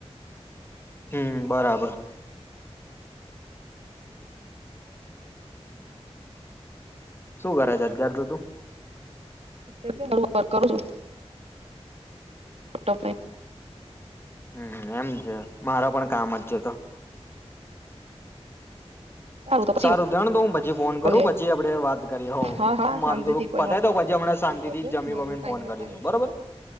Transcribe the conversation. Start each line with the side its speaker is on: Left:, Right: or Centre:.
Left: હમ્મ બરાબર. શું કર છે અત્યાર તો તું?
Right: <unintelligible> કરું છું. લપટોપ ને.
Left: હમ્મ એમ છે મારો પણ કામ જ છે તો.
Right: તો પછી
Left: સારું ધ્યાણ દઉંદુ પછી ફોન કરું
Right: કરજે
Left: પછી આપડે વાત કરીએ હોઉ
Right: હા હા
Left: મારું
Right: શાંતિથી
Left: થોડુંક
Right: કોઈ
Left: પતાય
Right: વાંધો
Left: દઉં પછી
Right: નહી
Left: હમણા
Right: શાંતિથી
Left: શાંતિ
Right: કરજે
Left: થી જમી
Right: મારો
Left: વમીને
Right: ટાઈમ
Left: ફોન
Right: જ
Left: કરીશું
Right: ટાઈમ
Left: બરોબર
Right: છે હા